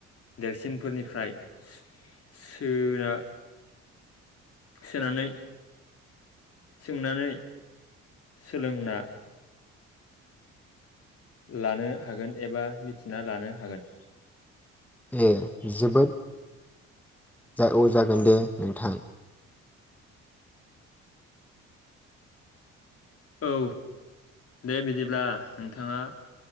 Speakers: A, on the left; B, in the centre.
A: देरसिनफोरनिफ्राय सोना सोनानै सोंनानै सोलोंना लानो हागोन एबा मिथिना लानो हागोन।
B: ओम जोबोद जा औ जागोन दे नोंथां <inaudible>
A: औ दे बिदिब्ला नोंथांङा